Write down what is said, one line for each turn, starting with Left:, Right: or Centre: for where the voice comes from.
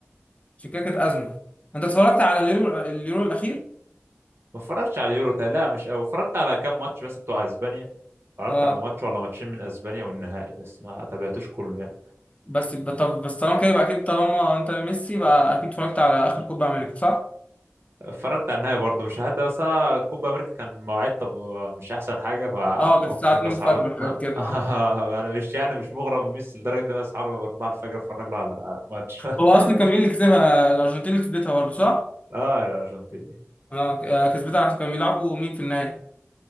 Left: عشان كده كانت ازمه انت اتفرجت على اليورو اليورو الاخير
Right: ما اتفرجتش على اليورو تا- لا مش أوي اتفرجت على كام ماتش بس بتوع أسبانيا اتفرجت
Left: اه
Right: على ماتش ولا ماتشين من أسبانيا والنهائي بس ما تابعتوش كله يعني
Left: بس ب- طب بس طالما كده يبقى اكيد طالما انت ميسي بقى اكيد اتفرجت على اخر كوبا امريكا صح
Right: اتفرجت على النهاية برضه مش هدا بس أنا كوبا أمريكا كان مواعيد طب مش أحسن حاجة فما
Left: اه كانت الساعه
Right: كنتش
Left: 2
Right: بسعى
Left: الفجر
Right: له.
Left: وحاجات
Right: <laughs>
Left: كده اه.
Right: أنا مش يعني مش مغرم بميسي لدرجة إن أنا أصحى أربعة الفجر أتفرج له على ماتش
Left: هو
Right: <laughs>
Left: اصلا كان مين اللي كسبها الارجنتين اللي كسبتها برضه صح
Right: آه الأرجنتين
Left: اه ك- آه، كسبتها عشان كانوا بيلعبوا مين في النهائي